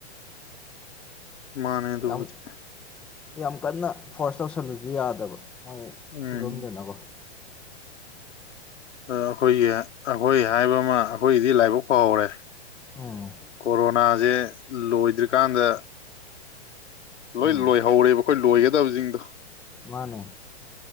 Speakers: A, on the left (about 85°); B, in the centre.
A: ꯃꯥꯟꯅꯦ ꯗꯨꯕꯨꯗꯤ
B: ꯌꯥꯝ ꯌꯥꯝ ꯀꯟꯅ ꯐꯣꯔ꯭ꯁ ꯇꯧꯁꯜꯂꯖꯨ ꯌꯥꯗꯕ ꯃꯣꯢꯒꯤ
A: ꯎꯝ
B: ꯐꯤꯕꯝꯗꯨꯅꯀꯣ
A: ꯑ ꯑꯩꯈꯣꯏꯒꯤ ꯑꯩꯈꯣꯏ ꯍꯥꯏꯕ ꯑꯃ ꯑꯩꯈꯣꯏꯒꯤꯗꯤ ꯂꯥꯏꯕꯛ ꯐꯍꯧꯔꯦ
B: ꯎꯝ
A: ꯀꯣꯔꯣꯅꯥ ꯖꯦ ꯂꯣꯏꯗ꯭ꯔꯤꯀꯥꯟꯗ ꯂꯣꯏ
B: ꯎꯝ
A: ꯂꯣꯏꯍꯧꯔꯦꯕ ꯑꯈꯣꯏ ꯂꯣꯏ ꯇꯕꯖꯤꯡꯗꯣ
B: ꯃꯥꯅꯦ